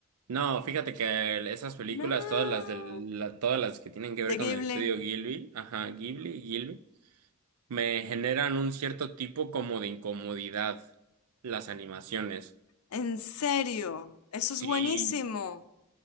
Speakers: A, on the right; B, on the left.
A: No, fíjate que el- esas películas,
B: No,
A: todas las del, la- todas las que tienen que
B: de
A: ver con
B: Ghibli.
A: el estudio Ghibli, ajá, Ghibli, Ghibli, me generan un cierto tipo como de incomodidad las animaciones.
B: En serio, eso es
A: Sí,
B: buenísimo.